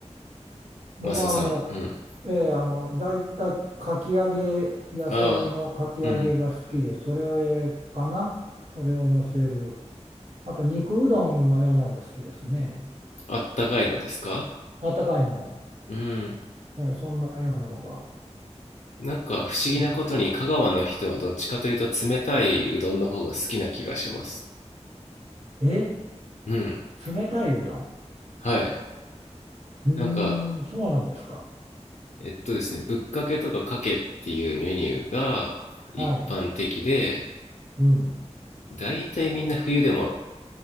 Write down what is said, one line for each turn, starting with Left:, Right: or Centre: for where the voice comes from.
Right: 僕はあの、
Left: マサさん。うん。
Right: ええあの、だいたいかき揚げ、野菜のかき揚げが好きで、
Left: ああ、うん。
Right: それを、かな。それを乗せる。あと、肉うどんのようなのが好きですね。
Left: あったかいのですか
Right: あったかいの。
Left: うん。
Right: ええそんなようなのが。
Left: なんか不思議なことに香川の人はどっちかというと冷たいうどんの方が好きな気がします。
Right: えええ
Left: うん。
Right: 冷たいうどん。
Left: はい。
Right: うーん、
Left: なんか、
Right: そうなんですか。
Left: えっとですね、ぶっかけとかかけっていうメニューが一般的で、
Right: はい。うん。
Left: だいたいみんな冬でも